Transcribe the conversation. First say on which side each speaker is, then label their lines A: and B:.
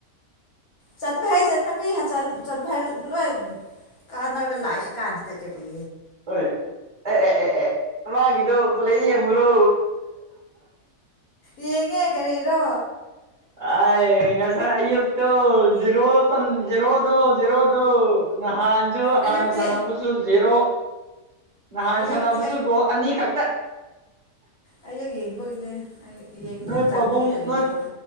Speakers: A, on the left (about 85°); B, on the right (about 35°).
A: ꯆꯟꯕꯥ ꯍꯩ ꯆꯟꯕꯥ ꯍꯩ ꯃꯤ ꯆꯟꯕ ꯍꯩ ꯅꯣꯏ ꯀꯥꯟꯅꯔꯒ ꯂꯥꯏ ꯏꯁ ꯀꯥꯟꯁꯤꯗ ꯒꯦꯇꯦ
B: ꯍꯣꯏ ꯑꯦ ꯑꯦ ꯑꯦ ꯑꯦ ꯃꯥꯒꯤꯗꯣ ꯄꯨꯂꯩ ꯌꯦꯡꯕꯔꯣ
A: ꯌꯦꯡꯉꯦ ꯀꯔꯤꯔꯣ
B: ꯑꯥꯏ ꯉꯁꯥꯏ ꯑꯌꯨꯛ ꯇꯣ ꯖꯤꯔꯣ ꯆꯟ ꯖꯤꯔꯣꯗꯣ ꯖꯤꯔꯣꯗꯣ ꯅꯍꯥꯟꯁꯨ ꯍꯥꯟꯅ
A: ꯑꯌꯨꯛꯇꯤ
B: ꯁꯅꯥꯕꯨꯁꯨ ꯁꯨ ꯖꯦꯔꯣ ꯅꯍꯥꯟ
A: ꯑꯌꯨꯛꯇꯤ
B: ꯁꯥꯟꯅꯕꯁꯨ ꯒꯣꯜ ꯑꯅꯤ ꯈꯛꯇ
A: ꯑꯩꯁꯨ ꯌꯦꯡꯕꯒꯤꯅꯦ ꯌꯦꯡꯅꯤ
B: ꯅꯣꯏ
A: ꯆꯟꯒꯅꯤ
B: ꯄꯥꯕꯨꯡ
A: ꯀꯔꯤꯔꯣ
B: ꯅꯣꯏ